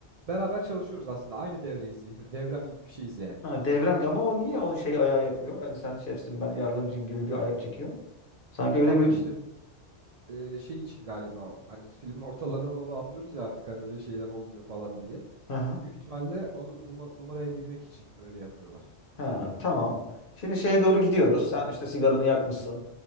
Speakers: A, on the right; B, on the left.
A: Beraber çalışıyoruz aslında. Aynı devreyiz. <laughs> Devrem gibi bir şeyiz yani.
B: Ha, devrem ki- ama o niye o şey ayağı yapıyor? Yani sen şefsin ben yardımcıyım gibi bir ayak çekiyor. Sanki öyle
A: Abi
B: bir
A: işte e, şey için galiba hani filmin ortalarına doğru anlıyoruz ya artık hani öyle şeyler olmuyor falan diye.
B: Hı hı.
A: Büyük ihtimalle onu ruma- numaraya girmek için öyle yapıyorlar.
B: Ha, tamam. Şimdi şeye doğru gidiyoruz. Sen işte sigaranı yakmışsın.